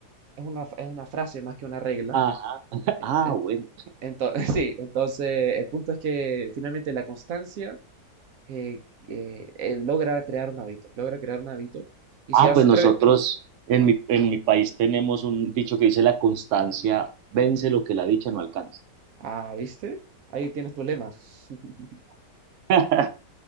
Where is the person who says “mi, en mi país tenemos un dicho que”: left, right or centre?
Right